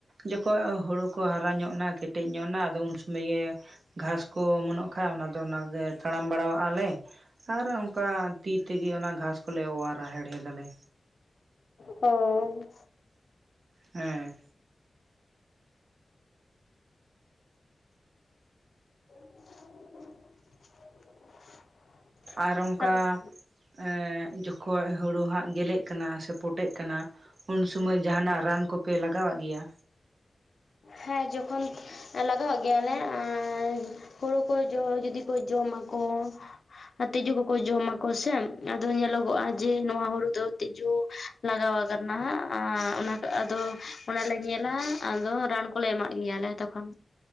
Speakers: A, on the right (about 70°); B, on the left (about 65°).
A: ᱡᱚᱠᱷᱚᱡ ᱦᱩᱲᱩ ᱠᱚ ᱦᱟᱨᱟ ᱧᱚᱜᱱᱟ ᱠᱮᱴᱮᱡ ᱧᱚᱜᱱᱟ ᱟᱫᱚ ᱩᱱ ᱥᱚᱢᱚᱭ ᱜᱮ ᱜᱷᱟᱸᱥ ᱠᱚ ᱚᱢᱚᱱᱚᱜ ᱠᱷᱟ ᱚᱱᱟᱫᱚ ᱚᱱᱟᱜᱮ ᱛᱟᱲᱟᱢ ᱵᱟᱲᱟᱣᱟᱜᱼᱟ ᱞᱮ᱾ ᱟᱨ ᱚᱝᱠᱟ ᱛᱤ ᱛᱮᱜᱮ ᱚᱱᱟ ᱜᱷᱟᱸᱥ ᱠᱚᱞᱮ ᱚᱣᱟᱨᱟ ᱦᱮᱲᱦᱮᱫᱟᱞᱮ᱾
B: ᱚᱸ
A: ᱦᱮᱸ
B: <inaudible>
A: ᱟᱨ ᱚᱝᱠᱟ
B: ᱟᱞᱮ ᱥᱮᱫ
A: ᱮᱸ ᱡᱚᱠᱷᱚᱡ ᱦᱩᱲᱩ ᱦᱟᱸᱜ ᱜᱮᱞᱮᱜ ᱠᱟᱱᱟ ᱥᱮ ᱯᱚᱴᱮᱜ ᱠᱟᱱᱟ ᱩᱱ ᱥᱚᱢᱚᱭ ᱡᱟᱦᱟᱱᱟᱜ ᱨᱟᱱ ᱠᱚᱯᱮ ᱞᱟᱜᱟᱣᱟᱜ ᱜᱮᱭᱟ?
B: ᱦᱮᱸ ᱡᱚᱠᱷᱚᱱ ᱮ ᱞᱟᱜᱟᱣᱟᱜ ᱜᱮᱭᱟᱞᱮ ᱟᱨ ᱦᱩᱲᱩ ᱠᱚ ᱡᱚ ᱡᱩᱫᱤ ᱠᱚ ᱡᱚᱢᱟ ᱠᱚ ᱛᱤᱡᱩ ᱠᱚᱠᱚ ᱡᱚᱢᱟᱠᱚ ᱥᱮ ᱟᱫᱚ ᱧᱮᱞᱚᱜᱚᱜᱼᱟ ᱡᱮ ᱱᱚᱣᱟ ᱦᱩᱲᱩ ᱫᱚ ᱛᱤᱡᱩ ᱞᱟᱜᱟᱣ ᱟᱠᱟᱱᱟ ᱚᱱᱟ ᱟᱫᱚ ᱚᱱᱟᱞᱮ ᱧᱮᱞᱟ ᱟᱫᱚ ᱨᱟᱱ ᱠᱚᱞᱮ ᱮᱢᱟᱜ ᱜᱮᱭᱟᱞᱮ ᱛᱚᱠᱷᱚᱱ᱾